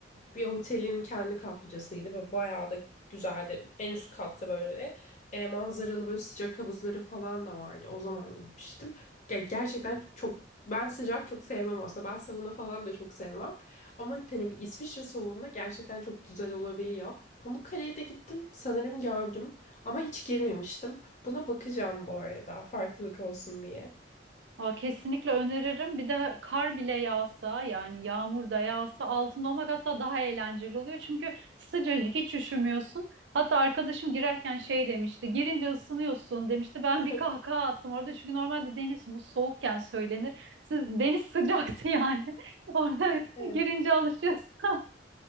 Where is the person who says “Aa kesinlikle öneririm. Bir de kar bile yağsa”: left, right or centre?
Right